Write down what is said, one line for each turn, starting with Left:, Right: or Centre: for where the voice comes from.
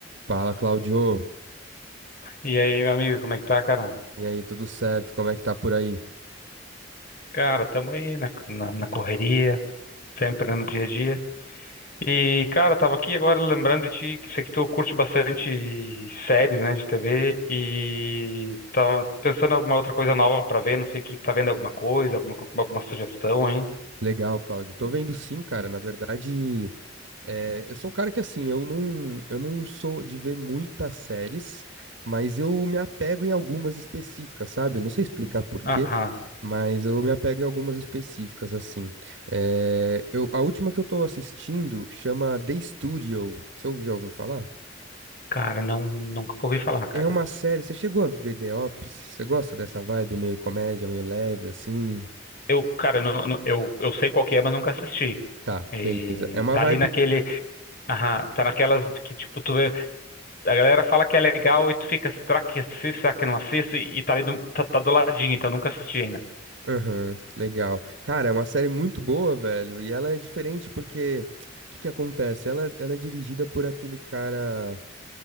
Right: Fala, Cláudio.
Left: E aí, meu amigo, como é que tá, cara?
Right: E aí, tudo certo? Como é que tá por aí?
Left: Cara, tamo aí na, na, na correria, sempre né, no dia a dia. E, cara, tava aqui agora lembrando de ti, que sei que tu curte bastante séries, né, de TV, e tava pensando em alguma outra coisa nova pra ver, não sei que tá vendo alguma coisa, alguma, co- alguma sugestão, hein?
Right: Legal, Cláudio. Tô vendo sim, cara. Na verdade, é, eu sou um cara que assim, eu não, eu não sou de ver muitas séries, mas eu me apego em algumas específicas, sabe? Não sei explicar por
Left: Aham,
Right: quê, mas eu me apego em algumas específicas, assim. É, eu, a última que eu tô assistindo chama The Studio. Você já ouviu falar?
Left: cara, não, nunca ouvi falar, cara.
Right: É uma série. Você chegou a ver The Office? Você gosta dessa vibe meio comédia, meio leve, assim?
Left: Eu, cara, não, não- eu, eu sei qual que é, mas nunca assisti.
Right: Tá,
Left: E
Right: beleza. É uma
Left: tá
Right: vibe.
Left: ali naquele, aham, tá naquelas que, tipo, tu vê. a galera fala que é legal e tu fica, será que assisto, será que não assisto? E, e tá ali do, tá, tá do ladinho, então nunca assisti ainda.
Right: Aham, legal. Cara, é uma série muito boa, velho. E ela é diferente porque. O que que acontece? Ela, ela é dirigida por aquele cara.